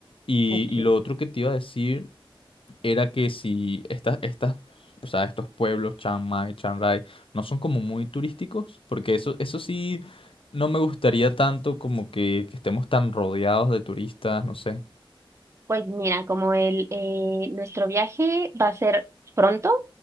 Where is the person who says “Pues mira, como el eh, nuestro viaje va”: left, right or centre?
Right